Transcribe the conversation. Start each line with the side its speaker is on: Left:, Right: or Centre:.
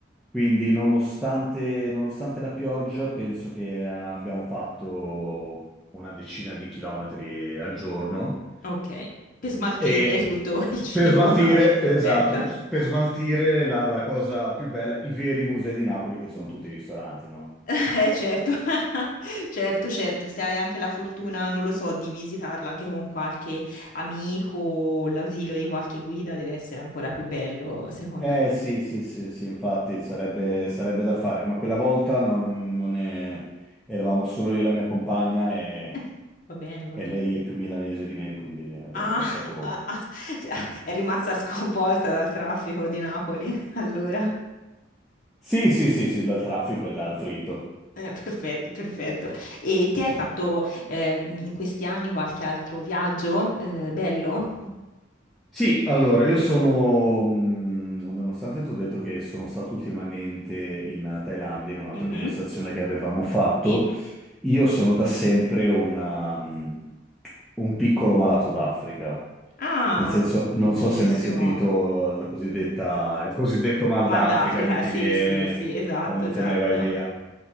Centre: Quindi, nonostante, nonostante la pioggia, penso che abbiamo fatto una decina di chilometri al giorno.
Left: ok. Per smaltire
Centre: E
Left: tutto il cibo.
Centre: per smaltire,
Left: <laughs> Ah, Perfetto.
Centre: esatto, per smaltire la, la cosa più bella, i veri musei di Napoli, che sono tutti i ristoranti, no?
Left: Eh certo, <laughs> certo, certo, se hai anche la fortuna, non lo so, di visitarla anche con qualche amico, o l'ausilio di qualche guida deve essere ancora più bello, secondo
Centre: Eh
Left: me.
Centre: sì, sì, sì, sì, infatti sarebbe, sarebbe da fare, ma quella volta non, non è- eravamo solo io e la mia compagna e,
Left: Eh, va bene, va
Centre: e
Left: bene.
Centre: lei è più milanese di me, quindi abbiamo
Left: Ah,
Centre: lasciato
Left: <laughs> ah, ah, è rimasta sconvolta dal traffico di Napoli, <laughs> allora.
Centre: Sì, sì, sì, sì, dal traffico e dal fritto.
Left: Eh, perfetto, perfetto. E ti hai fatto eh, in questi anni qualche altro viaggio eh, bello?
Centre: Sì, allora, io sono, mh, nonostante ti ho detto che sono stato ultimamente in Thailandia, in un'altra
Left: Mhm,
Centre: conversazione che avevamo fatto,
Left: Sì.
Centre: io sono da sempre una, mh, un piccolo malato d'Africa.
Left: Ah,
Centre: Nel senso,
Left: bellissimo.
Centre: non so se hai mai sentito la cosiddetta, il cosiddetto mal
Left: Mal
Centre: d'Africa
Left: d'Africa,
Centre: che ti
Left: sì,
Centre: viene
Left: sì, sì, esatto,
Centre: quando
Left: esatto.
Centre: te ne vai via.